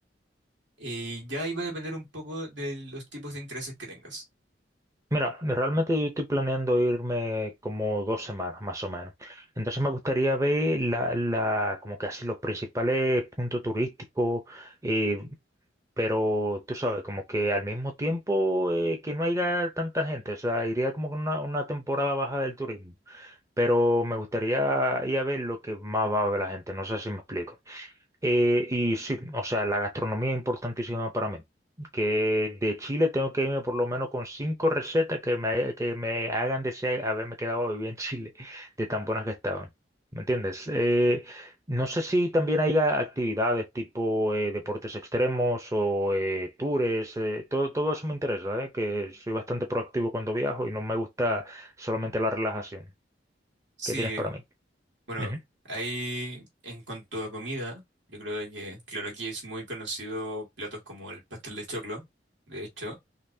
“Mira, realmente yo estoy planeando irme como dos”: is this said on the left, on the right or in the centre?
Right